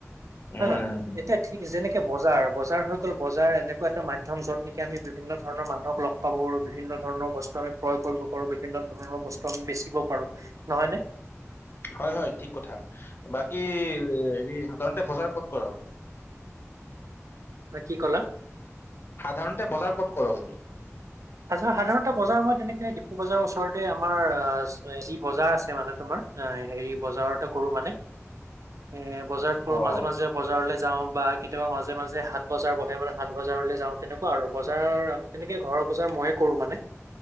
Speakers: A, on the left (about 45°); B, on the right (about 80°).
A: উম
B: অ', মাই এতিয়া ঠিক যেনেকে বজাৰ বজাৰ হৈ গ'ল বজাৰ এনেকুৱা এটা মাধ্যম য'ত নেকি আমি বিভিন্ন ধৰণৰ মানুহক লগ পাব পাৰো বিভিন্ন ধৰণৰ বস্তু আমি ক্ৰয় কৰিব পাৰো বিভিন্ন ধৰণৰ বস্তু আমি বেচিব পাৰো নহয় নে?
A: হয়, হয় ঠিক কথা বাকী হেৰি সাধাৰণতে বজাৰ ক'ত কৰ?
B: নে কি ক'লা
A: সাধাৰণতে বজাৰ ক'ত ক'ৰ বলো?
B: সাধাৰণতে বজাৰ মই তেনেকে ডিফু বজাৰৰ ওচৰতে আমাৰ যি বজাৰ আছে মানে তোমাৰ। অ', হেৰি বজাৰতে কৰো মানে।
A: <inaudible>
B: উম বজাৰত কৰো
A: অ'।
B: মাজে, মাজে বজাৰলৈ যাওঁ বা কেতিয়াবা মাজে, মাজে হাত বজাৰ বহে মানে সাত বজাৰলৈ যাওঁ তেনেকুৱা আৰু বজাৰ তেনেকে ঘৰৰ বজাৰ মইয়ে কৰো মানে